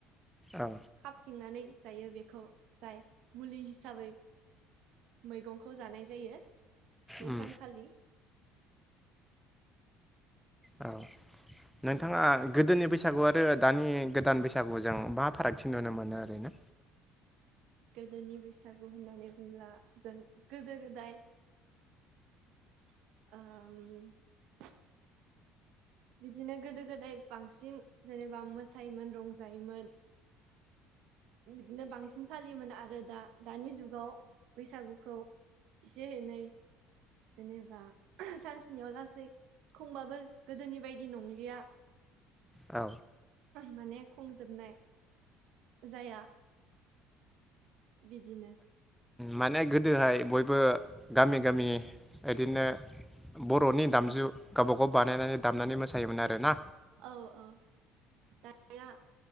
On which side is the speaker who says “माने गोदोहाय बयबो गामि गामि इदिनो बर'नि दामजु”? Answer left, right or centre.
Centre